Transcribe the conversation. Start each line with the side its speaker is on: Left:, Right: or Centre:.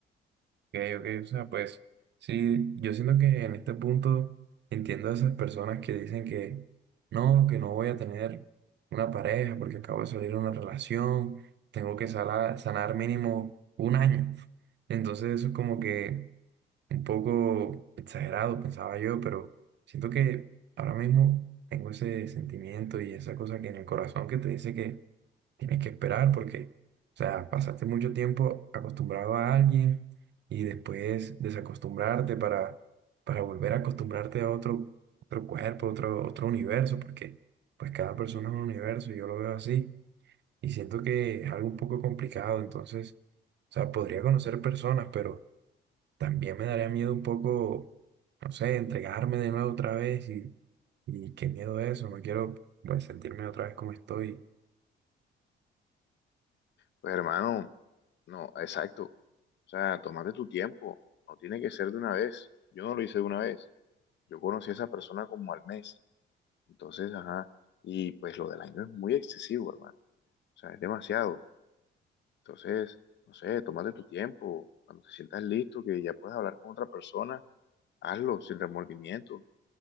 Right: Ok, ok, o sea, pues sí, yo siento que en este punto entiendo a esas personas que dicen que no, que no voy a tener una pareja porque acabo de salir de una relación, tengo que sala- sanar mínimo un año. Entonces eso es como que un poco exagerado, pensaba yo, pero siento que ahora mismo tengo ese sentimiento y esa cosa que en el corazón que te dice que Tienes que esperar porque, o sea, pasaste mucho tiempo acostumbrado a alguien y después desacostumbrarte para, para volver a acostumbrarte a otro, otro cuerpo, otro, otro universo, porque pues cada persona es un universo, yo lo veo así y siento que es algo un poco complicado, entonces, o sea, podría conocer personas, pero también me daría miedo un poco, no sé, entregarme de nuevo otra vez y, y qué miedo eso, no quiero pues sentirme otra vez como estoy.
Left: Pues hermano, no, exacto. O sea, tómate tu tiempo. No tiene que ser de una vez. Yo no lo hice de una vez. Yo conocí a esa persona como al mes. Entonces, ajá. Y pues lo del año es muy excesivo, hermano. O sea, es demasiado. Entonces, no sé, tómate tu tiempo. Cuando te sientas listo, que ya puedes hablar con otra persona, hazlo sin remordimiento.